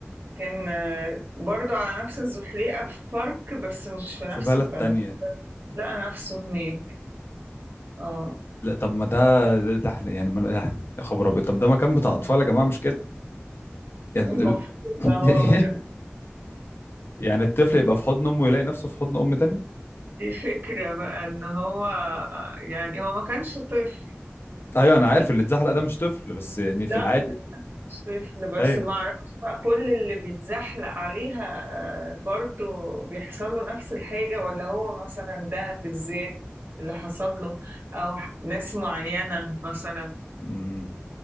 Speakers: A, on the right; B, on the left.
A: كان آه، برضو على نفس الزحليقة في فرق بس مش في نفس
B: في بلد
A: البلد
B: تانية
A: لقى نفسه هناك اه
B: لا طب ما ده ده ده احنا يعني ما ده- يا خبر ابيض طب ده مكان بتاع اطفال يا جماعه مش كده يعني
A: المفروض
B: ال- <laughs>
A: بقى هو بقى
B: يعني الطفل يبقى في حضن امه ويلاقي نفسه في حضن ام تانية
A: دي فكرة بقى ان هو يعني هو ما كانش طفل
B: ايوه انا
A: ممكن
B: عارف اللي اتزحلق ده مش طفل بس يعني في
A: لا
B: العادي
A: للأسف مش طفل بس
B: ايوه
A: ما اعرفش بقى كل اللي بيتزحلق عليها آه، برضو بيحصل له نفس الحاجة ولا هو مثلا ده بالذات اللي حصل له او ناس معينة مثلا
B: أمم.